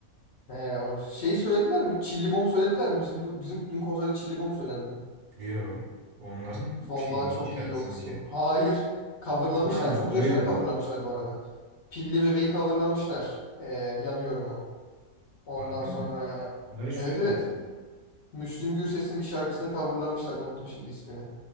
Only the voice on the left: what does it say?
He olur. Şey söylediler mi? Çilli Bom söylediler mi? Bizim bu- bizim dün konserde Çilli Bom söylendi.
Vallahi
çok
iyiydi o kısmı.
Hayır. Coverlamışlar.
Çok
güzel şeyler coverlamışlar bu arada. Pilli Bebeği coverlamışlar. Ee, Yanıyorum'u. Ondan
sonra
evet
evet. Müslüm Gürses'in bir şarkısını coverlamışlar. Unuttum şimdi ismini.